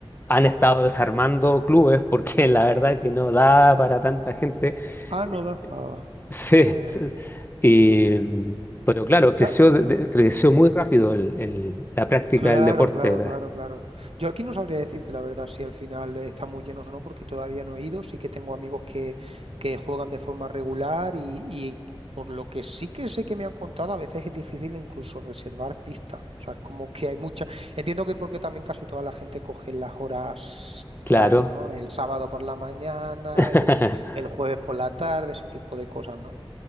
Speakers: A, on the left (about 20°); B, on the right (about 80°).
A: han estado desarmando clubes porque <laughs> la verdad que no da para tanta gente.
B: Ah,
A: Eh,
B: no da. Ah,
A: Sí,
B: ya, ya.
A: sí. Y, mm, pero claro, creció,
B: Ah,
A: de- de- creció muy rápido el- el- la práctica
B: claro,
A: del deporte,
B: claro,
A: ¿verdad?
B: claro, claro. Yo aquí no sabría decirte la verdad si al final está muy lleno o no, porque todavía no he ido. Sí que tengo amigos que, que juegan de forma regular y, y por lo que sí que sé que me han contado, a veces es difícil incluso reservar pistas. O sea, es como que hay mucha. Entiendo que porque también casi toda la gente coge las horas
A: Claro.
B: clave, ¿no? El sábado por la mañana,
A: <laughs>
B: el, el jueves por la tarde, ese tipo de cosas, ¿no?